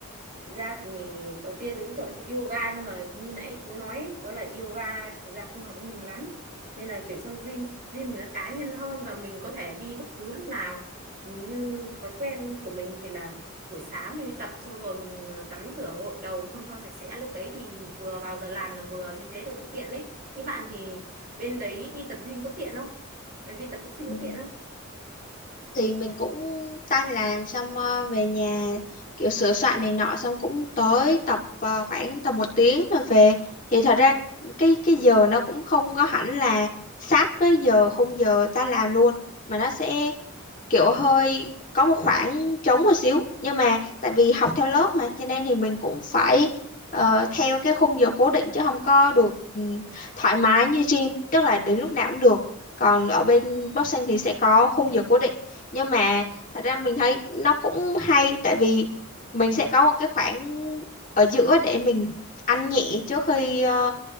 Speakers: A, on the right; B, on the left.
A: Thực ra thì đầu tiên tôi cũng chọn yoga nhưng mà như nãy cũng nói ấy, đó là yoga thực ra không hợp với mình lắm nên là chuyển sang gym gym thì nó cá nhân hơn và mình có thể đi bất cứ lúc nào như thói quen của mình thì là buổi sáng mình đi tập xong rồi mình ờ, tắm rửa gội đầu thơm tho sạch sẽ lúc đấy thì vừa vào giờ làm là vừa như thế được cũng tiện đấy như bạn thì bên đấy đi tập gym có tiện không đi tập boxing
B: Ừ.
A: có tiện không
B: thì mình cũng tan làm xong ờ, về nhà kiểu sửa soạn này nọ xong cũng tới
A: Ừ.
B: tập ờ, khoảng tầm một tiếng rồi về thì thật ra cái cái giờ nó cũng không có hẳn là sát với giờ khung giờ ta làm luôn mà nó sẽ kiểu hơi có một khoảng trống một xíu nhưng mà tại vì học theo lớp mà cho nên thì mình cũng phải ờ, theo cái khung giờ cố định chứ không có được ừm, thoải mái như gym tức là đến lúc nào cũng được còn ở bên boxing thì sẽ có khung giờ cố định nhưng mà thật ra mình thấy nó cũng hay tại vì mình sẽ có một cái khoảng ở giữa để mình ăn nhẹ trước khi ờ,